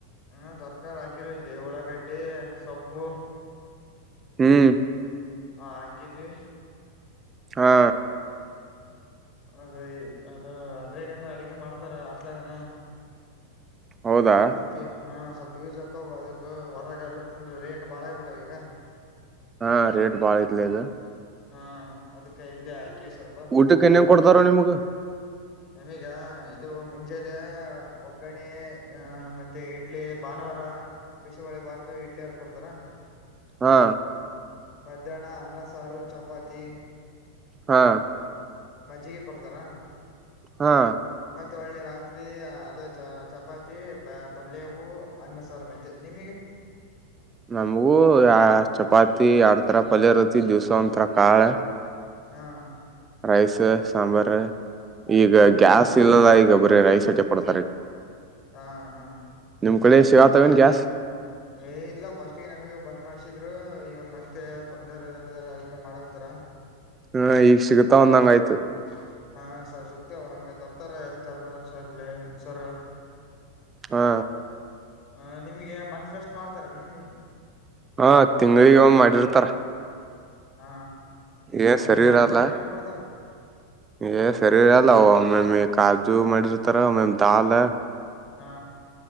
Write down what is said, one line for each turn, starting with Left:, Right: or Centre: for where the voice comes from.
Left: ಹ ತರಕಾರಿ ಹಾಕಿರ ಇಲ್ಲಿ ಒಳಾಗಡ್ಡಿ ಎ ಸಪ್ಪು
Right: ಹ್ಮ್
Left: ಹಾ ಹಾಕಿದ್ವಿ
Right: ಹಾ
Left: ಅದ ಅದ ಅದ್ರಾಗಂದ ಅಡಗೆ ಮಾಡ್ತಾರ ಅಷ್ಟಲಾಗನ
Right: ಹೌದಾ
Left: ಸ್ವಲ್ಪ ಹ ಸ್ವಲ್ಪ ಯೂಸ್ ಹಾಕ ಅದಕ್ಕ ಹೊರಗೆ ಎಲ್ಲ ತಂದ್ರ ರೇಟ್ ಬಾಳ ಆಗಬಿಟ್ಟಾವ ಈಗ
Right: ಹಾ ರೇಟ್ ಬಾತ್ಲದು
Left: ಹಾ ಅದಕ್ಕೆ ಇಲ್ಲಿ ಹಾಕಿವ ಸ್ವಲ್ಪ
Right: ಊಟಕ್ಕೆ ಏನೇನ್ ಕೊಡ್ತಾರ ನಿಮ್ಗ
Left: ನಮಗ ಇದು ಮುಂಚ ಜಲೆ ಒಗ್ಗಣೆ ಮತ್ತೆ ಇಡ್ಲಿ ಭಾನುವಾರ ಬಿಸಿಬೇಳೆ ಬಾತ್ ಇಡ್ಲಿ ಎರಡೂ ಕೊಡ್ತಾರಾ
Right: ಹಾ
Left: ಮಧ್ಯಾಹ್ನ ಅನ್ನ ಸಾರು ಚಪಾತಿ
Right: ಹಾ
Left: ಮಜ್ಜಿಗೆ ಕೊಡ್ತಾರ
Right: ಹಾ
Left: ಮತ್ತ ಒಳ್ಳೆ ರಾತ್ರಿ ಅದೇ ಚ ಚಪಾತಿ ಪಲ್ಯವು ಅನ್ನ ಸಾರ ಮತ್ತೆ ನಿಮಗೆ.
Right: <inaudible> ನಮಗೂ ಆ ಚಪಾತಿ ಎಡ್ತರ ಪಲ್ಯ ರತಿ ದಿವ್ಸ ಒಂಥರ ಕಾಳ.
Left: ಹಾ
Right: ರೈಸ್ ಸಾಂಬಾರ್
Left: ಹ್ಮ್
Right: ಈಗ
Left: ಹ್ಮ್
Right: ಗ್ಯಾಸ್ ಇಲ್ಲದ ಈಗ ಬರೀ ರೈಸ್ ತೆಕ್ಕೊಡ್ತಾರ ಈಗ.
Left: ಹಾ ಹಾ
Right: ಬೆಳಿಗ್ಗೆ <unintelligible>
Left: ಏ ಇಲ್ಲ ಪಾಸ್ಟ್ ಗೆ ನಮಗೆ ಬಂದ್ ಮಾಡ್ಸಿದ್ರು ಇವಾಗ ಮತ್ತೆ. ತೊಂದರೆ ಇದಂಗದ ಅದಕ್ಕೆ ಮಾಡವಂತರ.
Right: ಹ್ಮ ಈಗ ಸಿಗತಾ ಒಂದಂಗ ಆಯ್ತು.
Left: <inaudible> ಹಾ ಸ ಸಿಕ್ತೇವ ಹಂಗೆ ತರ್ತಾರ ಎಲ್ಲಿ ತರ ಸರ್ ಇಲ್ಲಿ ಸರ್ರ.
Right: ಹಾ
Left: ಹ ನಿಮ್ಗೆ ಮಂತ್ಫೆಸ್ಟ್ ಮಾಡ್ತಾರ ನಿಮ್ಗ.
Right: ಹಾ ತಿಂಗ್ಳಿಗ್ ಒಮ್ಮೆ ಮಾಡಿರ್ತಾರ.
Left: ಹಾ
Right: ಏ
Left: ನಮಗೆ
Right: ಸರಿ
Left: ಮಾಡ್ತಾರೆ
Right: ಇರಲ್ಲ
Left: ಏನಂಗ ಕೊಡ್ತಾರ.
Right: ಏ ಸರಿ ಇರಲ್ಲ ಮ್ಯಮ ಈ ಕಾಜು ಮಾಡಿರ್ತಾರ ಒ ಮೇಮ್ ದಾಲ್.
Left: ಹಾ